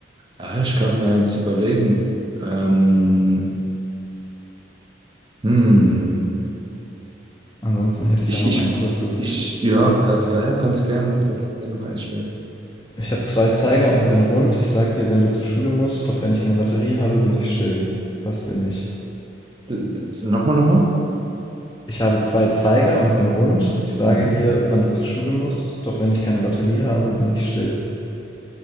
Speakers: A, on the right; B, on the left.
A: ja, ich kann mir eins überlegen. Ähm, hm,
B: Ansonsten hätte ich
A: ich,
B: auch noch
A: ich,
B: ein kurzes,
A: ich, ja,
B: wenn du
A: ganz
B: willst.
A: klar, ja, ganz gerne, ganz gerne noch einstellen.
B: Ich habe zwei Zeiger und bin rund. Ich sag dir, wenn du zur Schule musst, doch wenn ich keine Batterie habe, bin ich still. Was bin ich?
A: D- Nochmal, nochmal?
B: Ich habe zwei Zeiger und bin rund. Ich sage
A: Mhm.
B: dir, wann du zur Schule musst, doch wenn ich keine Batterie habe, bin ich still.